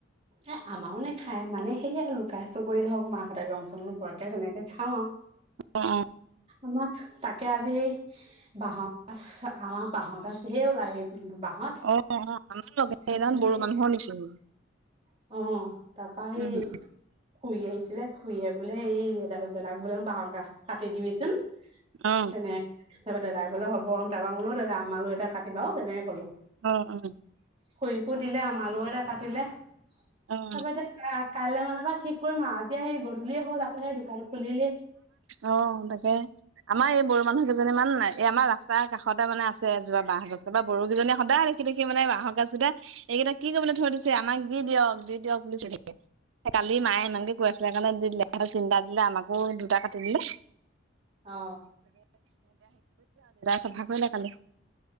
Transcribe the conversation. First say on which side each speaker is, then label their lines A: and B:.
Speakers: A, on the right; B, on the right.
A: এ আমাৰও নেখায় মানে <unintelligible> সেইয়া আৰু লুকাই চুৰ কৰি ধৰক মাহঁতে গম পোৱাকে তেনেকে খাওঁ
B: অ অ
A: আমাৰ তাকে <unintelligible> আজি সেই বাঁহৰ গাজ। আমাৰ বাঁহৰ গাজ ঢেৰ ওলায়। বাঁহত
B: অ অ আমাৰ সেইদিনাখন
A: অ তাৰপা
B: বড়ো মানুহৰ নিচিনা
A: সেই
B: উম
A: খুৰী আহিছিলে খুৰীয়ে বোলে এই দাদ- দাদাক বোলে বাঁহৰ গাছ কাটি দিবিচোন তেনেক
B: অ
A: তাৰপা দাদাই বোলে হ'ব তাৰপা বুলো মোলো দাদা আমালও এটা কাটিবা অ', তেনেকে ক'লো।
B: অহ- অহ
A: খুৰিকো দিলে আমালও এটা কাটিলে তাৰপা
B: অ
A: এতিয়া কাইলৈ মান পা ঠিক কৰিম আ এতিয়া সেই গধূলিয়ে হ'ল আকৌ সেই দোকান খুলিলেই
B: অহ, তাকে। আমাৰ এই বড়ো মানুহ কেইজনীমান এই আমাৰ ৰাস্তা কাষতে মানে আছে এজোপা বাঁহগছ বড়ো কেইজনী সদায় দেখি -দেখি মানে বাঁহৰ গাছদুটা এইকেইটা কি কৰিবলৈ থৈ দিছে আমাক দি দিয়ক- দি দিয়ক বুলি চিঞৰি থাকে। কালি মায়ে ইমানকে কৈ আছিলে কাৰণে দি দিলে <unintelligible> তিনিটা দিলে আমাকো দুটা কাটি দিলে।
A: অ
B: <unintelligible> কালি